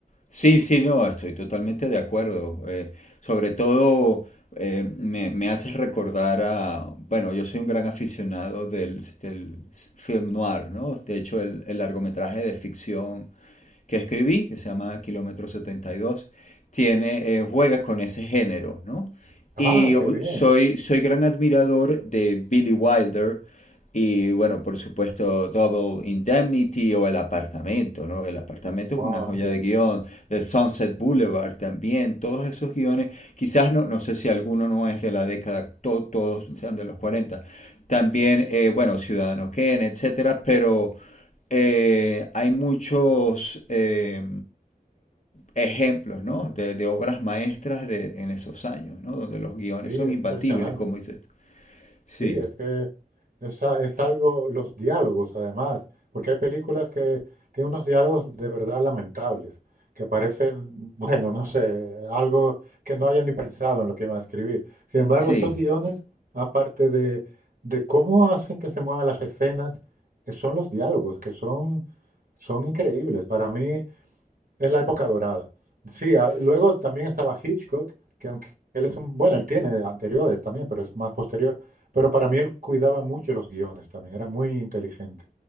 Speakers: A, on the left; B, on the right.
A: Sí, sí, no, estoy totalmente de acuerdo. Eh, sobre todo eh, me, me haces recordar a, bueno, yo soy un gran aficionado del, del film noir, ¿no? De hecho, el, el largometraje de ficción que escribí, que se llama Kilómetro setenta y dos tiene, eh, juega con ese género, ¿no? Y
B: Ah, qué bien.
A: soy, soy gran admirador de Billy Wilder y, bueno, por supuesto, Double Indemnity o El Apartamento, ¿no? El Apartamento
B: Wow,
A: es una joya
B: sí.
A: de guión, The Sunset Boulevard también, todos esos guiones, quizás no, no sé si alguno no es de la década, to, todos sean de los 40 también, eh, bueno, Ciudadano Kane etcétera, pero eh, hay muchos eh, ejemplos, ¿no? de, de obras maestras de, en esos años, ¿no? donde los guiones
B: Sí,
A: son
B: es
A: imbatibles,
B: impresionante.
A: como dices tú. Sí,
B: Sí, es que es, a- es algo, los diálogos además, porque hay películas que tienen unos diálogos de verdad lamentables, que parecen, bueno, no sé, algo que no hayan ni pensado en lo que iban a escribir. Sin embargo,
A: sí.
B: estos guiones, aparte de, de cómo hacen que se muevan las escenas, eh, son los diálogos, que son, son increíbles. Para mí, es la época dorada. Sí, ah,
A: s-
B: luego también estaba Hitchcock, que aunque él es un, bueno, él tiene anteriores también, pero es más posterior. Pero para mí él cuidaba mucho los guiones también, era muy inteligente.